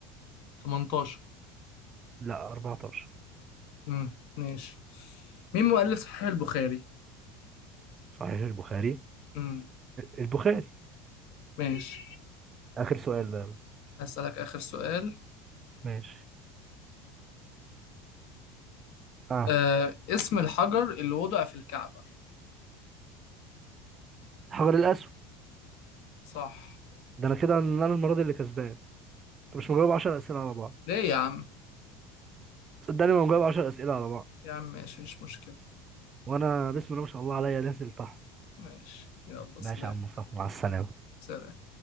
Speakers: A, on the left; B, on the right.
A: 18
B: لا 14
A: مم. ماشي مين مؤلف صحيح البخاري؟
B: صحيح البخاري
A: مم.
B: البخاري
A: ماشي
B: آخر سؤال ده بقى.
A: هسألك آخر سؤال
B: ماشي اه
A: آه، اسم الحجر اللي وضع في الكعبة
B: حجر الاسود
A: صح
B: ده انا كده ان انا المره دي اللي كسبان انت مش مجاوب 10 اسئله على بعض
A: ليه يا عم؟
B: صدقني ما مجاوب 10 اسئله على بعض
A: يا عم ماشي مش مشكلة
B: وانا بسم الله ما شاء الله عليا نازل تحت
A: ماشي يلا
B: ماشي
A: سلام
B: يا عم مصطفى مع السلامه
A: سلام